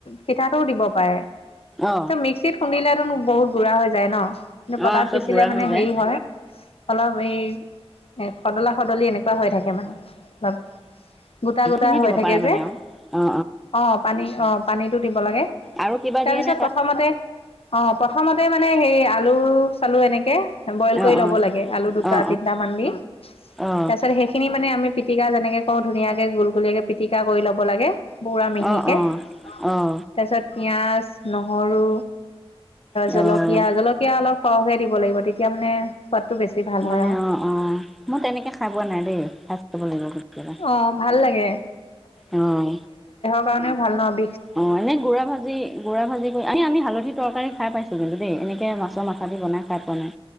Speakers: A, on the left (about 70°); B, in the centre.
A: পতাটোও দিব পাৰে।
B: অ
A: ত মিক্সিত খুন্দিলে বহুত গুৰা হৈ যায় ন? কিন্তু পটাত
B: অ চব
A: পিচিলে
B: গুড়া
A: মানে
B: হৈ
A: হেৰি
B: যায়
A: হয় অলপ এই এই সদলা সদলি এনেকুৱা হৈ থাকে মানে অপ গোটা
B: সেইখিনি
A: গোটা হৈ
B: দিব
A: থাকে
B: পাৰে
A: যে,
B: মানে আৰু অ
A: অ পানী অ পানীত দিব লাগে।
B: আৰু কিবা
A: তাৰপিছত
B: দিয়ে নে তাত
A: প্ৰথমতে অ প্ৰথমতে মানে সেই আ চালো এনেকে বইল কৰি
B: অ
A: লব
B: অ
A: লাগে, আলু দুটা
B: অ অ
A: তিনিটা মান দি।
B: অ
A: তাৰপিছত সেইখিনি মানে আমি পিটিকা যেনেকে কওঁ ধুনীয়া ধুনীয়াকে গুল গুলীয়াকে পিটিকা কৰি ল'ব লাগে, পোৰা মিহিকে
B: অ অ
A: তাৰপিছত
B: অ
A: পিঁয়াজ নহৰু।
B: অ',
A: জলকীয়া জলকীয়া অলপ সৰহকে দিব লাগিব তেতিয়া মানে সোৱাদটো বেছি ভাল
B: মানে
A: হয় আৰু
B: অ অ মই তেনেকে খাই পোৱা নাই দেই, খাই চাব লাগিব কেতিয়াবা
A: অ ভাল লাগে
B: অহ।
A: কাৰণে ভাল নহ।
B: অ এনেই গুড়ৰা ভাজি গু় ভাজি কৰি আ আমি হালধি তৰকাৰী খাই পাইছো। কিন্তু দেই এনেকৈ মাছৰ মাথা দি বনাই খাই পোৱা নাই।